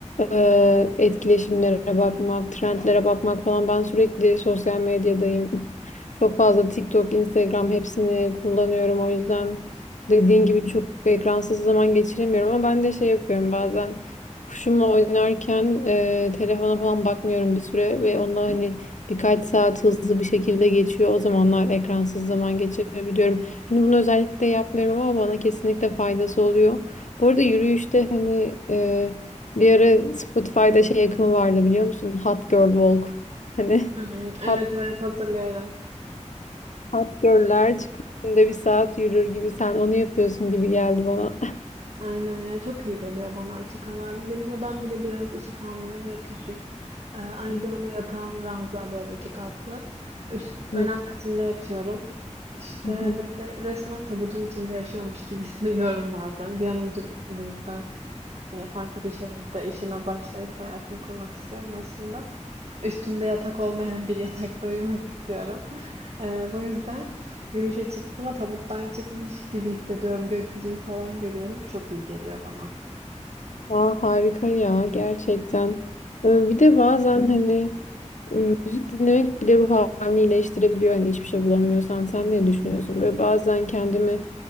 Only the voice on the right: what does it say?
Hı hı.
Evet
evet hatırlıyorum.
Aynen ya çok iyi geliyor bana açık ama Benim odam bir de biraz ışık almıyor ve küçük. Ee, aynı
zamanda yatağım ranza böyle iki katlı. Üst,
ben alt katında yatıyorum. İşte
böyle resmen tabutun içinde yaşıyormuş gibi <laughs> hissediyorum bazen. Bir an önce bu yüzden ya farklı bir şehirde işime başlayıp hayatımı kurmak istiyorum aslında. Üstünde yatak olmayan bir <laughs> yatakta uyumak istiyorum. Ee, bu yüzden yürüyüşe çıktım ama tabuttan çıkmış gibi hissediyorum. Gökyüzünü falan görüyorum. Çok iyi geliyor bana.